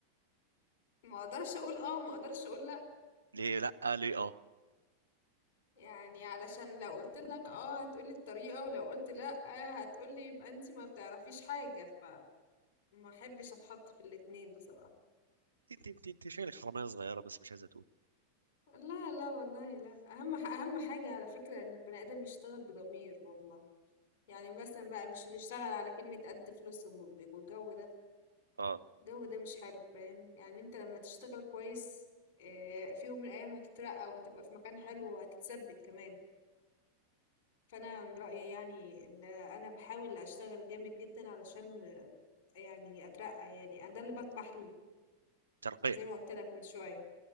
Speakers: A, on the left; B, on the right.
A: ما اقدرش اقول اه ما اقدرش اقول لا
B: ليه لا ليه اه
A: يعني علشان لو قلت لك اه هتقولي الطريقة ولو قلت لا هتقولي يبقى انتي ما بتعرفيش حاجة فما احبش اتحط في الاتنين بصراحة
B: انت انت انت شايلك حرامية صغيرة بس مش عايزة تقول
A: لا لا والله لا اهم ح- اهم حاجة على فكرة ان البني ادم يشتغل بضمير والله يعني مثلا بقى مش نشتغل على كلمة قد فلوسهم والب- والجو ده
B: اه
A: الجو ده مش حلو فاهم يعني انت لما تشتغل كويس آه، في يوم من الايام هتترقى وهتبقى في مكان حلو وهتتثبت كمان فانا من رايي يعني ان انا بحاول اشتغل جامد جدا علشان يعني اترقى يعني ده اللي بطمح ليه
B: ترقيع
A: زي ما قلت لك من شويه